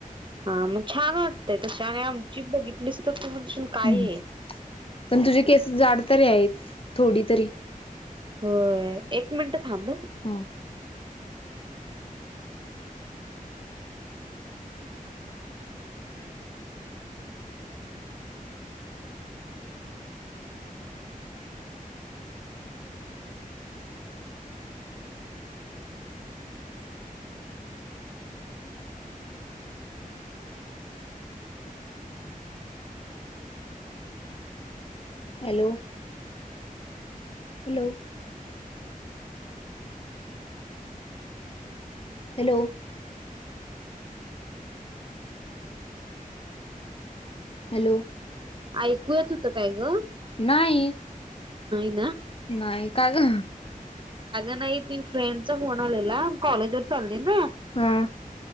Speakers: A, on the right; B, on the left.
A: हा मग छान वाटतय तस आणि आमची बघितलीच तर तू म्हणशील काय
B: हम्
A: हे
B: पण तुझी केसेस जाड तरी आहेत थोडी तरी.
A: हो एक मिनट थांब
B: हा हॅलो हॅलो हॅलो हॅलो
A: ऐकूयाेत होत काय ग
B: नाही
A: ह
B: नाही का ग
A: नाही त फ्रेंडचा फोन आ कॉलेज वर चालली ना
B: हा